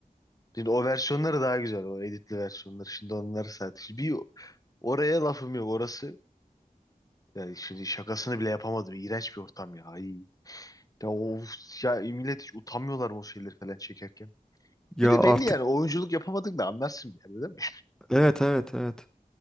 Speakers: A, on the left (about 25°); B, in the centre.
A: Şimdi o versiyonları daha güzel o editli versiyonları. Şimdi onları sardık. Şimdi bir oraya lafım yok orası. Yani şimdi şakasını bile yapamadım. İğrenç bir ortam ya. Ay. Ya, of, ya millet hiç utanmıyorlar mı o şeyleri falan çekerken.
B: Ya
A: Bir de
B: artık
A: belli yani oyunculuk yapamadın da anlarsın yani değil mi?
B: evet evet evet.